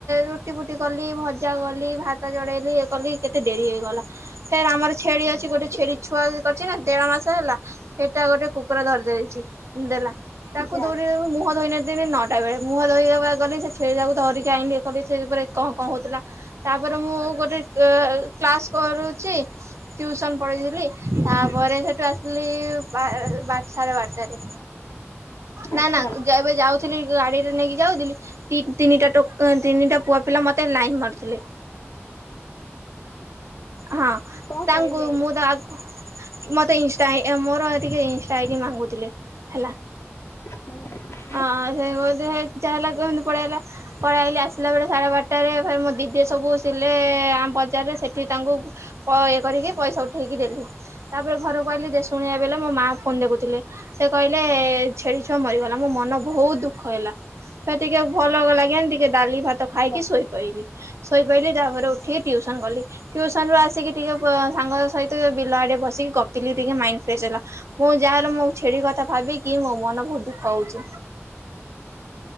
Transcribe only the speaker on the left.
ଯା
ଆଚ୍ଛା।
କଣ
କହିଲେ
ହୁଁ।
ଯା